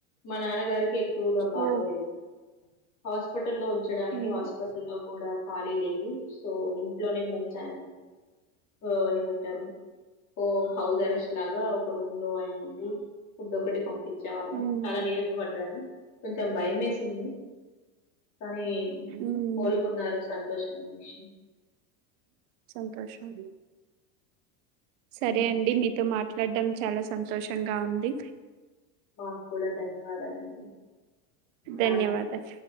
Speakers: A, on the left; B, on the right.
A: మా నాన్నగారికి ఎక్కువగా బాగోలేదు
B: ఓ
A: హాస్పిటల్ లో ఉంచడానికి
B: ఉమ్,
A: హాస్పిటల్లో కూడా ఖాళీ లేదు సో ఇంట్లోనే హోమ్స్యండ్ ఓ ఏమంటారు ఓ హౌస్ అరెస్ట్ లాగా ఒక రూమ్ లో ఆయన ఉండి ఫుడ్ ఒకటి పంపి వచ్చేవాళ్ళం
B: ఉమ్,
A: చాలా నీరస పడ్డారు కొంచెం భయ మేసింది కానీ
B: ఉమ్.
A: కోలుకున్నారు సంతోషమైన విషయం
B: సంతోషం సరే
A: ఉమ్,
B: అండి మీతో మాట్లా ట్లాడం చాలా సంతోషంగా ఉంది
A: మాకు కూడా ధన్యవాదాలండి
B: ధన్యవాదలు
A: బాయ్